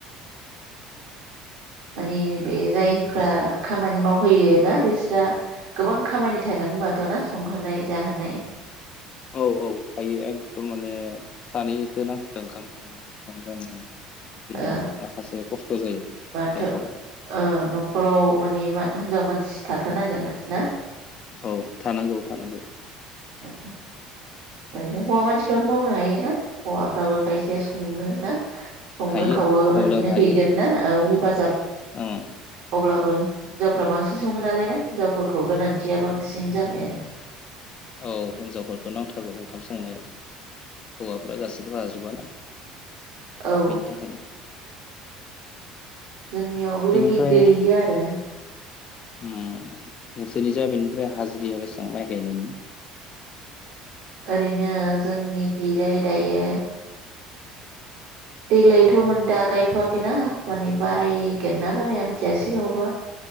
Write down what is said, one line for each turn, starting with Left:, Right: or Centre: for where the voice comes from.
Right: माने बे जायफ्रा खामानि मावहोयो ना बिस्रा गोबां खामानि थागोन होनबाथ' ना संहोनाय जाहोनाय
Left: औ औ थायो एकदम माने सानैखौ नांथारगौ ओंखाम संनाय ओंखाम राननाय बिदि
Right: ओ
Left: माखासे खस्थ' जायो
Right: बाथ'
Left: न'खरा
Right: ओ न'खराव माने मा हिनजाव मानसि थाथारनांगोन ना
Left: औ थानांगौ थानांगौ
Right: <unintelligible> ओरैनो हौवा मानसिफ्राबो मावनो हायो ना हौवाफ्राबो खायसेया सङो ना संनो
Left: हायो
Right: खावो
Left: अब्लाबो
Right: बिदिनो
Left: हायो
Right: हैगोन ना औ हेफाजाब
Left: औ
Right: अब्लाबो हिनजावफ्रा बांसिन सङो नालाय ना हिनजावफोरखौ गोनांथिया बांसिन जाबाय आरोना
Left: औ हिन्जावफोरखौ नांथारगौ ओंखाम संनायाव हौवाफोरा गासैखौबो हाजोबाना
Right: औ
Left: बेनि थाखायनो
Right: जोंनियाव बेबायदि
Left: बेनिफ्राय
Right: गैयो आरो उ
Left: उम नोंसोरनि जा बेनिफ्राय हाज्रिया बेसां माइ गायनायनि
Right: ओरैनो जोंनिखैजाय दायो देग्लायथ'मोन दा गायथ'वाखैना माने बारायगोन ना बाराया मिथिया सिगाङावबा